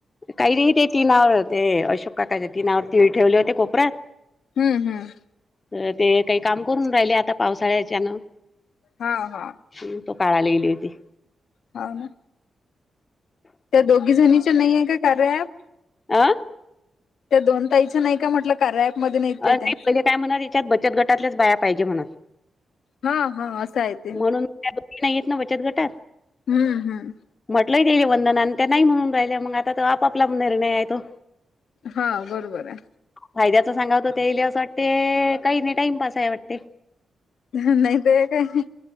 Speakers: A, on the left (about 35°); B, on the left (about 80°).
A: काही नाही ते तीनावर होते. अशोक काकाचे तीनावर तीळ ठेवले होते कोपऱ्यात.
B: हम्म हम्म.
A: तर ते काही काम करून राहिले आता पावसाळ्याच्यानं.
B: हा हा.
A: शेण तो काडायला गेली होती.
B: हाव ना. त्या दोघी जणीचे नाहीए का कार्या ॲप?
A: आ?
B: त्या दोन ताईच नाही का म्हटलं कार्या ॲप? मध्ये नाहीत
A: अ
B: काय
A: नाही
B: त्या?
A: पहिले काय म्हणत? याच्यात बचत गटातल्याच बाया पाहिजे म्हणत.
B: हा हा. असं आहेत-
A: म्हणून त्या दोघी नाहीयेत ना बचत गटात.
B: हम्म हम्म.
A: म्हटलंय त्याले. वंदना आणि त्या नाही म्हणून राहिल्या. मग आता आपापला निर्णय आहे तो.
B: हा. बरोबर आहे.
A: फायद्याच सांगाव तर, तेयले असं वाटते काही नाही टाइमपास आहे वाटते.
B: हं. नाही त काय? हं